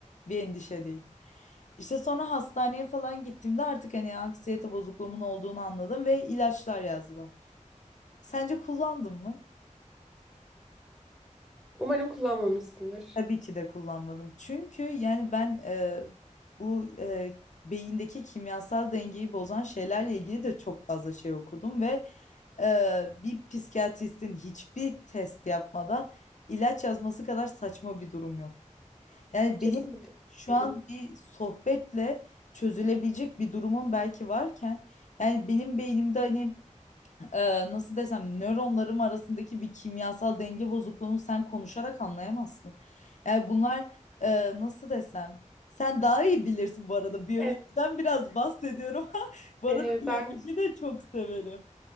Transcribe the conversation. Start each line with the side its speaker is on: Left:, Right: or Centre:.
Left: bir endişe değil. İşte sonra hastaneye falan gittiğimde artık hani anksiyete bozukluğumun olduğunu anladım ve ilaçlar yazdılar. Sence kullandın mı?
Centre: Umarım kullanmamışsındır.
Left: Tabii ki de kullanmadım. Çünkü yani ben e, bu e, beyindeki kimyasal dengeyi bozan şeylerle ilgili de çok fazla şey okudum ve e, bir psikiyatristin hiçbir test yapmadan ilaç yazması kadar saçma bir durum yok. Yani
Centre: Kesinlikle.
Left: benim şu
Centre: katılıyorum.
Left: an bir sohbetle çözülebilecek bir durumum belki varken yani benim beynimde hani e, nasıl desem nöronlarım arasındaki bir kimyasal denge bozukluğunu sen konuşarak anlayamazsın. Yani bunlar e, nasıl desem sen daha iyi bilirsin bu arada biyolojiden
Centre: Evet.
Left: biraz bahsediyorum. <laughs> Bu
Centre: Ee,
Left: arada biyolojiyi
Centre: ben
Left: de çok severim.